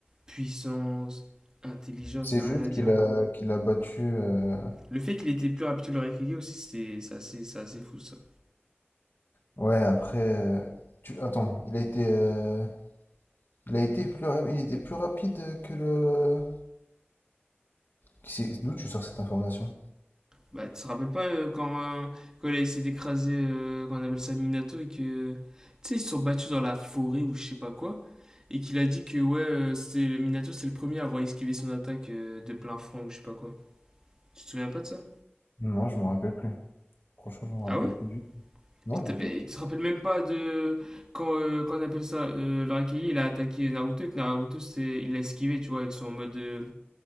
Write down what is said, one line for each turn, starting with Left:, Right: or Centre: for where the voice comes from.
Right: puissance, intelligence,
Left: C'est
Right: y a
Left: juste
Right: rien à
Left: qu'il
Right: dire.
Left: a qu'il a battu. euh,
Right: Le fait qu'il était plus rapide que le Raikage aussi, c'est c'est assez, c'est assez fou, ça.
Left: Ouais, après. euh, Tu... Attends, il a été. euh, Il a été plus ra- il était plus rapide que le. Qui c'est- D'où tu sors cette information?
Right: Bah, tu te rappelles pas euh, quand, euh, quand il a essayé d'écraser, euh, qu'on appelle ça Minato, et que. euh, tu sais, ils se sont battus dans la forêt ou je sais pas quoi, et qu'il a dit que, ouais, euh, c'était, Minato, c'est le premier à avoir esquivé son attaque euh, de plein front ou je sais pas quoi. Tu te souviens pas de ça?
Left: Non, je me rappelle plus. Franchement, je me rappelle
Right: Ah ouais?
Left: plus du tout. Non,
Right: Mais,
Left: du
Right: t'as- mais
Left: tout.
Right: tu te rappelles même pas de. Quand, euh, qu'on appelle ça, euh, le Raikage, il a attaqué Naruto, et que Naruto, c'est, il l'a esquivé, tu vois, avec son mode. euh,